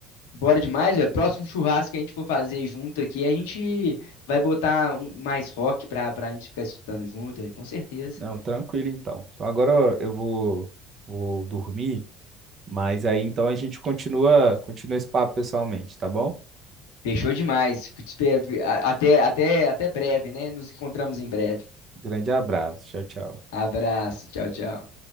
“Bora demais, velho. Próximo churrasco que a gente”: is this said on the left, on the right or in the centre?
Left